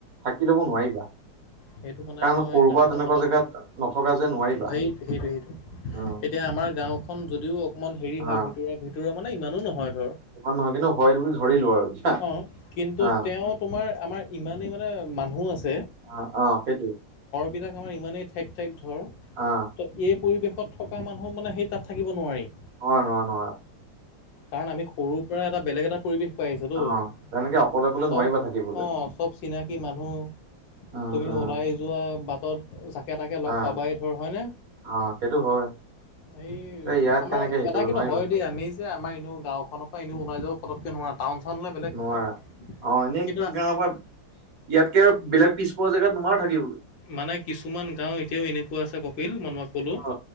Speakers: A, on the right; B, on the left.
A: থাকি ল'ব নোৱাৰিবা।
B: সেইটো মানে
A: কাৰণ
B: মই
A: সৰুৰ
B: সেইকাৰণে
A: পৰা তেনেকুৱা
B: ভাল নাপালোঁ।
A: জেগাত নথকা যে নোৱাৰিবা
B: সেইটো সেইটো সেইটো।
A: উম
B: এতিয়া আমাৰ গাওঁখন যদিও অকমান হেৰি হয়
A: অ
B: ভিতৰুৱা ভিতৰুৱা মানে ইমানো নহয়।
A: ইমান নহয় কিন্তু হয় তুমি বুলি ধৰিলো আৰু। এতিয়া
B: অ', কিন্তু
A: অ
B: তেওঁ তোমাৰ আমাৰ ইমানেই মানে মানুহ আছে।
A: অ', অ', সেইটোৱে।
B: বিলাক আমাৰ ইমানেই ঠেক ঠেক ধৰ।
A: অ
B: ত' এই পৰিৱেশত থকা মানুহ মানে সেই তাত থাকিব নোৱাৰি।
A: নোৱাৰে নোৱাৰে নোৱাৰে।
B: কাৰণ আমি সৰুৰ পৰা এটা বেলেগ এটা পৰিৱেশ টো,
A: অ তেনেকে অকলে অকলে
B: চব
A: নোৱাৰিবা থাকিবলৈ
B: অ' চব চিনাকি মানুহ।
A: উম
B: তুমি
A: উম
B: ওলাই যোৱা বাটত একেটাকে লগ
A: অ
B: পাবাই ধৰ হয়নে?
A: অ সেইটো হয়
B: এই
A: এ ইয়াত
B: আমাৰ
A: কেনেকে হেৰি
B: এটা
A: কৰিব
B: কিন্তু
A: নোৱাৰিবা
B: হয় দেই আমি যে আমাৰ এনেও গাওঁখনৰ পৰা এনেও ওলাই যাব ফতকে নোৱাৰা। টাউন চাউন হ'লে বেলেগ কথা
A: নোৱাৰা। অ' এনেই
B: কিন্তু
A: <unintelligible> ইয়াতকে আৰু বেলেগ পিছপৰা জেগাত থাকিবলৈ।
B: মানে কিছুমান গাঁও এতিয়াও এনেকুৱা আছে কপিল মই তোমাক ক'লো।
A: অ